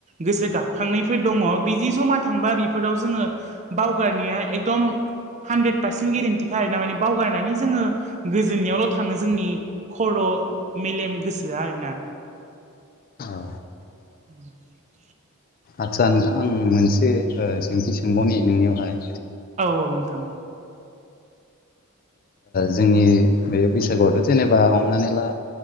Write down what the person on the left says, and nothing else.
औ
आदसा नोंथां आं मोनसे सोंथि सोंबावनि नोंनियावहाय
जोंनि बे बैसागुआवथ' जेनेबा हमनानै ला